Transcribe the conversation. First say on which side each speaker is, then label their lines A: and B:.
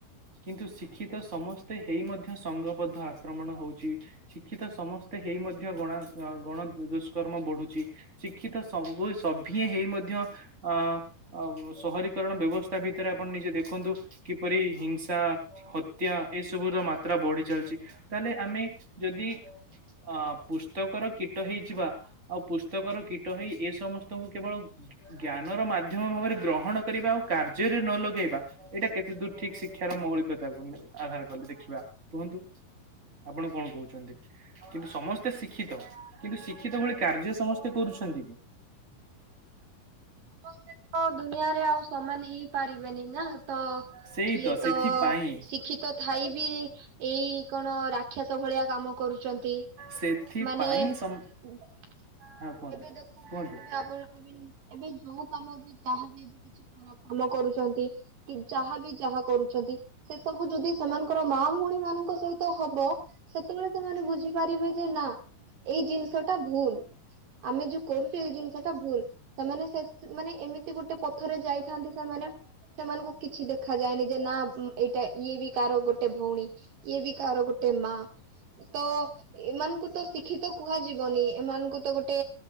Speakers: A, on the right; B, on the right.
A: କିନ୍ତୁ ଶିକ୍ଷିତ ସମସ୍ତେ ତ ହେଇ ମଧ୍ୟ ସଂଘବଦ୍ଧ ଆକ୍ରମଣ ହଉଛି ଶିକ୍ଷିତ ସମସ୍ତେ ହେଇ ମଧ୍ୟ ଗଣା ଗଣ ଦୁଷ୍କର୍ମ ବଢୁଛି ଶିକ୍ଷିତ ସବୁ ସଭିଏ ହେଇ ମଧ୍ୟ ଆ ଅ ସହରୀକରଣ ବ୍ୟବସ୍ଥା ଭିତରେ ଆପଣ ନିଜେ ଦେଖନ୍ତୁ କିପରି ହିଂସା ହତ୍ୟା ଏସବୁ ର ମାତ୍ରା ବଢି ଚାଲିଛି ତାହେଲେ ଆମେ ଯଦି ଅ ପୁସ୍ତକର କୀଟ ହେଇଯିବା ଆଉ ପୁସ୍ତକର କୀଟ ହେଇ ଏ ସମସ୍ତଙ୍କୁ କେବଳ ଜ୍ଞାନର ମାଧ୍ୟମ ଭାବରେ ଗ୍ରହଣ କରିବା ଆଉ କାର୍ଯ୍ୟରେ ନ ଲଗେଇବା ଏଇଟା କେତେ ଦୂର ଠିକ ଶିକ୍ଷାର ମୌଳିକତାକୁ ଆଧାର କଲେ ଦେଖିବା କୁହନ୍ତୁ? ଆପଣ କଣ କହୁଛନ୍ତି? କିନ୍ତୁ ସମସ୍ତେ ଶିକ୍ଷିତ କିନ୍ତୁ ଶିକ୍ଷିତ ଭଳି କାର୍ଯ୍ୟ ସମସ୍ତେ କରୁଛନ୍ତି କି?
B: ସମସ୍ତେ ତ ଦୁନିଆରେ ଆଉ ସମାନ ହେଇପାରିବେନି ନା ତ
A: ସେଇ
B: କିଏ ତ
A: ସେଥିପାଇଁ
B: ଶିକ୍ଷିତ ଥାଇ ବି ଏଇ କଣ ରାକ୍ଷା ସ ଭଳିଆ କାମ କରୁଛନ୍ତି
A: ସେଥିପାଇଁ
B: ମାନେ ଏବେ
A: ସମ ହଁ କୁହନ୍ତୁ
B: ଦେଖନ୍ତୁ
A: କୁହନ୍ତୁ।
B: ଏବେ ଆମର ଏବେ ଯୋଉ କାମ ବି ଯାହାବ ଏବେ କିଛି ଖରାପ କାମ କରୁଛନ୍ତି କି ଯାହା ବି ଯାହା କରୁଛନ୍ତି ସେ ସବୁ ଯଦି ସେମାନଙ୍କର ମା ଭଉଣୀ ମାନଙ୍କ ସହିତ ହବ ସେତେବେଳେ ସେମାନେ ବୁଝିପାରିବେ ଯେ ନା ଏଇ ଜିନିଷ ଟା ଭୁଲ ଆମେ ଯୋଉ କରୁଚେ ଏଇ ଜିନିଷ ଟା ଭୁଲ ସେମାନେ ସେ ମାନେ ଏମିତି ଗୋଟେ ପଥରେ ଯାଇଥାନ୍ତି ସେମାନେ ସେମାନଙ୍କୁ କିଛି ଦେଖାଯାଏନି ଯେ ନା ଏଇଟା ଇଏ ବି କାହାର ଗୋଟେ ଭଉଣୀ ଇଏ ବି କାର ଗୋଟେ ମା ତ ଏମାନଙ୍କୁ ତ ଶିକ୍ଷିତ କୁହାଯିବନି ଏମାନଙ୍କୁ ତ ଗୋଟେ